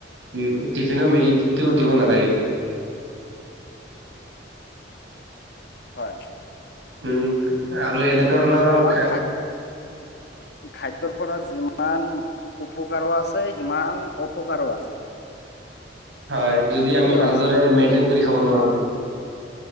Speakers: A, on the right; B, on the left.
A: উ টিফিনত মেগীটো দিব নালাগে।
B: হয়।
A: উম আৰু এনেধৰণৰ
B: মুঠতে আমাৰ
A: খ
B: খাদ খাদ্যৰ পৰা যিমান উপকাৰো আছে সিমান অপকাৰো আছে।
A: হয়
B: মানে
A: যদি
B: ক্ষতিও
A: আমি ভালদৰে
B: আছে
A: মেইনটেইন কৰি
B: হয়
A: খাব নোৱাৰো।
B: ন